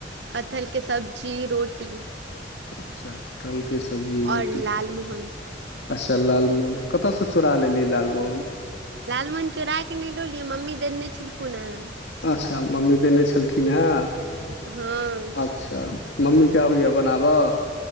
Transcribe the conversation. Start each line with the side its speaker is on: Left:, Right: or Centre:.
Right: कटहलके सब्जी रोटी
Left: अच्छा कटहल के सब्जी रोटी
Right: और लालमोहन
Left: अच्छा लालमोहन कतऽसँ चुड़ा ल एलीय लालमोहन
Right: लालमोहन चोरा कऽ नहि लऽ लियअ मम्मी देने छलखुन हेँ
Left: अच्छा मम्मी देने छलखिन हेँ
Right: हँ
Left: अच्छा मम्मीे आबैया बनाबऽ